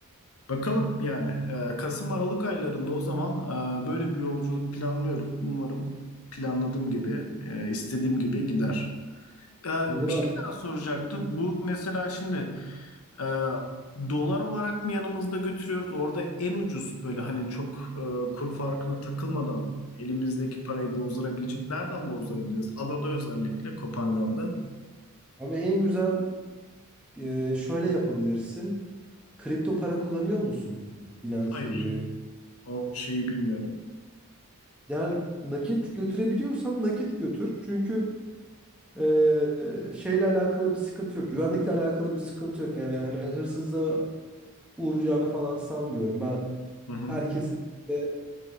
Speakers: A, on the left; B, in the centre.
A: Bakalım yani e, Kasım Aralık aylarında o zaman e, böyle bir yolculuk planlıyorum. Umarım planladığım gibi, e, istediğim gibi gider. E,
B: Olur
A: bir
B: abi.
A: şey daha soracaktım. Bu mesela şimdi e, dolar olarak mı yanımızda götürüyoruz? Orada en ucuz böyle hani çok e, kuru farkına takılmadan elimizdeki parayı bozdurabileceğimiz nereden bozdurabiliriz? Adada özellikle Kopangan'da.
B: Abi en güzel e, şöyle yapabilirsin. Kripto para kullanıyor musun? Binance
A: Hayır,
B: gibi.
A: o şeyi bilmiyorum.
B: Yani nakit götürebiliyorsan nakit götür. Çünkü Ee, şeyle alakalı bir sıkıntı yok. Güvenlikle alakalı bir sıkıntı yok. Yani hani hırsızlığa uğrayacağını falan sanmıyorum. Ben
A: Hı hı.
B: herkes de,